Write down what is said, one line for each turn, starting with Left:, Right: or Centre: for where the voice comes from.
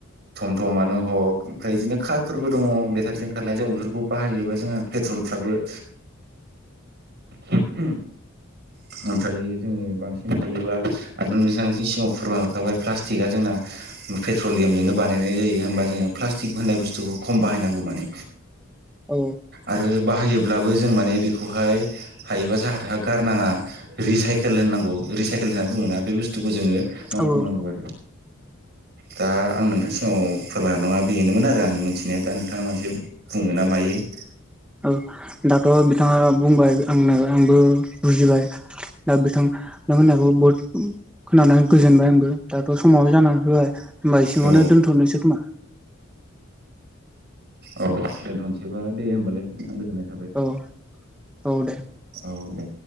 Right: थम थमानो हक ओमफ्राय बिदिनो खारफोरबो दङ बेटारिजों खारनाय जों बेफोरखौ बाहायोबा जोंहा पेट्रलफ्राबो ओमफ्रायो जोङो बांसि बांन थायोबा आ बेसे सिगाङाव फोरमायहरखाबाय प्लास्टिकआ जोंना पेट्रलियामजोंनो बानायनाय जायो होमबा जोङो प्लास्टिक होननाय बुसथुखौ खम बाहायनांगौ माने
Centre: औ
Right: आरो बाहायोब्लाबो जों माने बेखौहाय हायोबा जाहा थाहा गारनाङा रिसाइकेल होननांगौ रिसाइकेल होनना बुङोना बे बुसथुखौ जोङो
Centre: औ
Right: बुंनांगौ
Centre: औ
Right: आरो दा आं नोंथांनि सिगाव फोरमायनो नङा बेनोमोन आरो आंनि मोनथिनाया दा नोंथाङा मानसे बुङोना मायो <unintelligible>
Centre: औ दाथ' बिथाङा बुंबाय आंनो आंबो बुजिबाय दा बिथां नों होननायखौ बहुद खोनानानै गोजोनबाय आंबो दाथ' समाव जानानै फैबाय होमबा सिङावनो
Right: औ
Centre: दोनथ'नोसै खोमा
Right: औ दोनथ'नोसैबा दे होनबालाय आं गोजोननाय थाबाय
Centre: औ औ दे
Right: औ दे